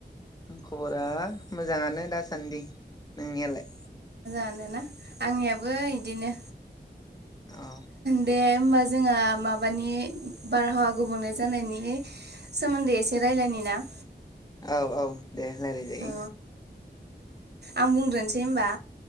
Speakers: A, on the left (about 20°); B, on the right (about 65°).
A: खबरा मोजाङानो दासान्दि नोंनियालाय
B: मानो ना आंनियाबो इदिनो
A: औ
B: दे होमबा जों जोङो माबानि बारहावा गुबुंले जानायनि सोमोन्दै एसे रायलायनि ना
A: औ औ दे रायलाय जायो।
B: अ आं बुंग्रोनोसै होमबा